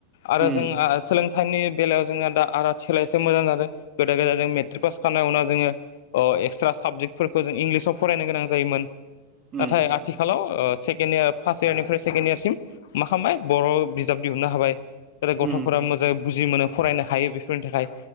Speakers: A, on the left; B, on the right.
A: आरो
B: उम
A: जोंहा
B: उम
A: सोलोंथाइनि बेलायाव जोंहा दा आ आथिखालाव एसे मोजां जादों। गोदो गोदाय जों मेट्रिक पास खानाय उनाव जोङो अ एक्स्रा साबजेक्टफोरखौ जों इंलिसाव फरायनो गोनां जायोमोन।
B: उम
A: नाथाय आथिखालाव ओ सेकेण्ड इयार फार्स्ट इयारनिफ्राय सेकेण्ड इयारसिम मा खालामबाय बर' बिजाब दिहुननो हाबाय। ओरै गथ'फोरा
B: उम
A: मोजाङै बुजि मोनो फरायनो हायो बेफोरनि थाखाय